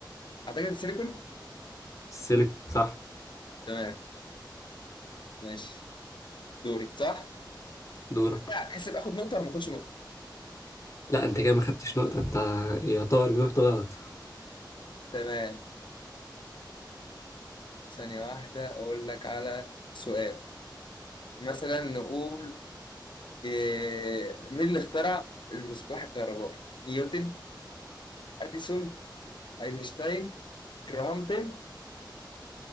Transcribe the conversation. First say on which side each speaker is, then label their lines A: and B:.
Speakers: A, on the left; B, on the left.
A: أعتقد السيليكون
B: السيليكون صح
A: تمام ماشي دوري صح؟
B: دورك
A: يعني تحسب آخد نقطة ولا ما آخدش نقطة
B: لا انت كده ما خدتش نقطة انت يعتبر جاوبت غلط
A: تمام ثانية واحدة أقول لك على سؤال مثلا نقول آه، مين اللي اخترع المصباح الكهربائي؟ نيوتن؟ أديسون؟ اينشتاين جراهام بيل